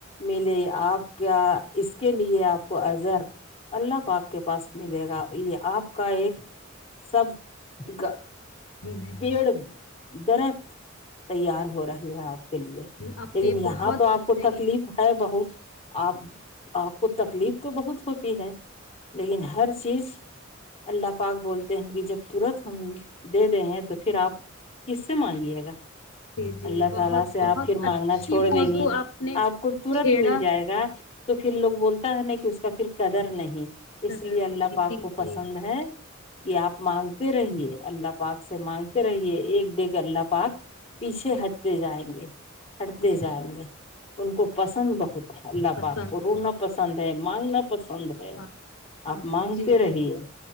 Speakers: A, on the left (about 30°); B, on the left (about 80°).
A: ملے آپ کا اس کے لیے آپ کو اظہر اللہ پاک کے پاس ملے گا یہ آپ کا ایک سب <unintelligible>
B: نہیں
A: پیڑ درک <unintelligible> تیار ہو رہی ہے آپ <unintelligible> کے لیے
B: نہیں آپ
A: لیکن
B: نے بہت
A: یہاں تو آپ کو
B: نہیں
A: تکلیف ہے بہت <unintelligible> آپ آپ کو تکلیف تو بہت ہوتی ہے لیکن ہر چیز اللہ پاک بولتے ہیں کہ جب ترت ہم دے دیں ہیں تو پھر آپ کس سے مانگیے گا <unintelligible>
B: جی جی
A: اللہ
B: بہت
A: تعالی سے آپ
B: بہت
A: پھر مانگنا
B: اچھی
A: چھوڑ
B: موضوع
A: دیں گی
B: نے
A: آپ کو ترت
B: چھیڑا
A: مل جائے گا تو پھر لوگ بولتا ہے نا کہ اس کا پھر کدر نہیں <unintelligible> اس
B: قدر
A: لیے اللہ
B: نہیں
A: پاک
B: تھی
A: کو پسند
B: کہ
A: ہے کہ آپ مانگتے رہیے اللہ پاک سے مانگتے رہیے ایک ڈیگ اللہ پاک پیچھے ہٹتے جائیں گے ہٹتے
B: جی
A: جائیں
B: جی
A: گے <unintelligible> ان کو پسند بہت <unintelligible> اللہ
B: پسند
A: پاک کرو
B: ہے
A: نہ پسند ہے <unintelligible> مانگنا <unintelligible> پسند ہے
B: ہاں پسند
A: آپ
B: ہے
A: مانگتے
B: جی
A: رہیے
B: جی